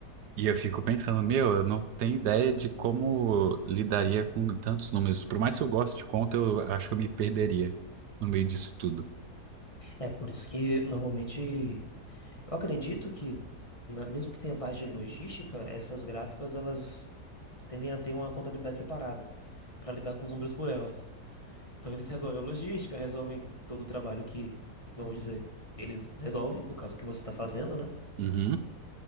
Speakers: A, on the right; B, on the left.
A: E eu fico pensando, meu, eu não tenho ideia de como lidaria com tantos números. Por mais que eu goste de conta, eu acho que eu me perderia no meio disso tudo.
B: É por isso que normalmente. Eu acredito que, na- mesmo que tenha parte de logística, essas gráficas elas tendem a ter uma contabilidade separada para lidar com os números por elas. Então eles resolvem a logística, resolvem todo o trabalho que, vamos dizer, eles resolvem, no caso que você está fazendo, né?
A: Uhum,